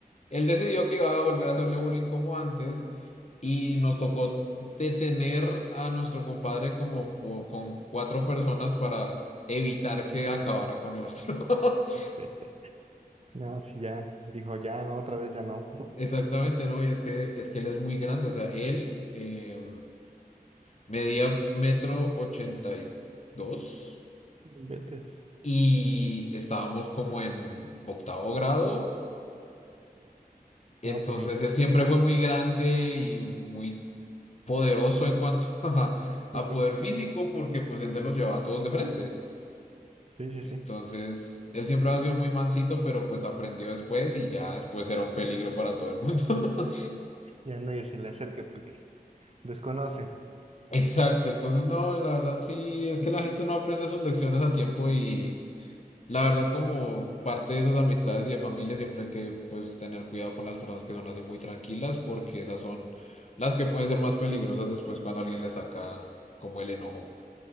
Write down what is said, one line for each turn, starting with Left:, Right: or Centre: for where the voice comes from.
Left: Él decidió que iba a volver a hacerle bullying como antes y nos tocó detener a nuestro compadre como po- con cuatro personas para evitar que acabara con el otro.
Right: <laughs>
Left: <laughs>
Right: No, sí, ya, dijo, ya, no, otra vez ya no.
Left: Exactamente, ¿no? Y es que, es que él es muy grande, o sea, él eh, medía metro ochenta y dos
Right: <laughs> Vete.
Left: y estábamos como en octavo grado, entonces
Right: No, pues sí.
Left: él siempre fue muy grande y muy poderoso en cuanto <laughs> a, a
Right: <laughs>
Left: poder físico porque pues él se los llevaba a todos de frente.
Right: Sí, sí,
Left: Entonces,
Right: sí.
Left: él siempre ha sido muy mansito, pero pues aprendió después y ya después era un peligro para todo el mundo. <laughs>
Right: Ya nadie se le acerque porque desconoce.
Left: Exacto, entonces no, la verdad sí, es que la gente no aprende sus lecciones a tiempo y la verdad como parte de esas amistades y de familia siempre hay que pues tener cuidado con las personas que son así muy tranquilas porque esas son las que pueden ser más peligrosas después cuando alguien le saca como el enojo.